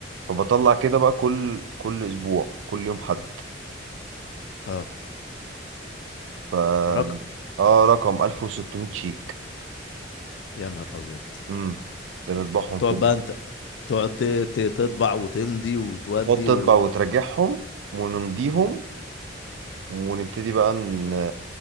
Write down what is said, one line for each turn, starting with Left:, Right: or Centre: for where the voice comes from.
Right: فبطلع كده بقى كل كل اسبوع كل يوم حد
Left: اه
Right: ف
Left: رقم
Right: اه رقم 1600 شيك
Left: يا نهار ابيض
Right: امم ده نطبعهم
Left: تقعد
Right: في يوم
Left: بقى
Right: واحد
Left: انت تقعد ت- ت- تطبع وتمضي وتودي
Right: تقعد تطبع
Left: و...
Right: وتراجعهم ونمضيهم ونبتدي بقى ن...